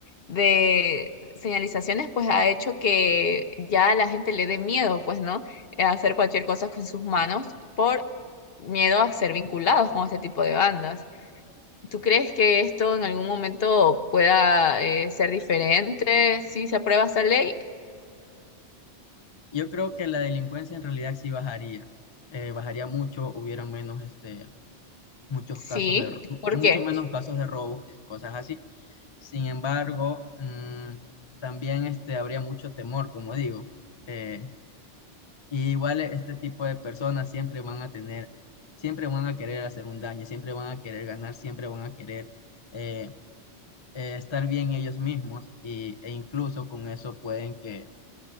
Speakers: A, on the left; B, on the left.
A: de señalizaciones pues ha hecho que ya a la gente le dé miedo, pues, ¿no? eh, hacer cualquier cosa con sus manos por miedo a ser vinculados con este tipo de bandas. ¿Tú crees que esto en algún momento pueda eh, ser diferente si se aprueba esta ley?
B: Yo creo que la delincuencia en realidad sí bajaría, eh, bajaría mucho, hubiera menos, este, muchos
A: Sí,
B: casos de, ro-
A: ¿por
B: mucho
A: qué?
B: menos casos de robos y cosas así. Sin embargo, mm, también este, habría mucho temor, como digo. eh, Y igual este tipo de personas siempre van a tener, siempre van a querer hacer un daño, siempre van a querer ganar, siempre van a querer eh, eh, estar bien ellos mismos y, e incluso con eso pueden que,